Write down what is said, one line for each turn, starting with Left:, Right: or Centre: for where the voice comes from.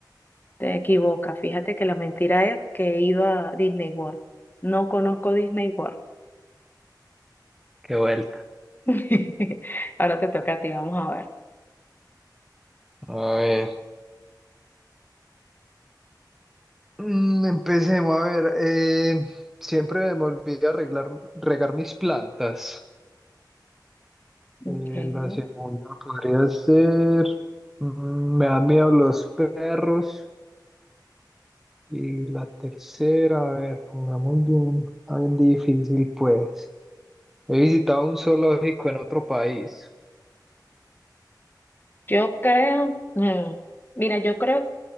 Left: Te equivocas. Fíjate que la mentira es que he ido a Disney World. No conozco Disney World.
Centre: Qué vuelta.
Left: <laughs> Ahora te toca a ti, vamos a ver.
Centre: A ver. Mm, empecemos a ver. eh, siempre me olvido arreglar, regar mis plantas.
Left: Ok.
Centre: Eh, la segunda podría ser. mm, me dan miedo los perros. Y la tercera, a ver, pongamos bien, bien difícil, pues. He visitado un zoológico en otro país.
Left: Yo creo, mm, mira, yo creo,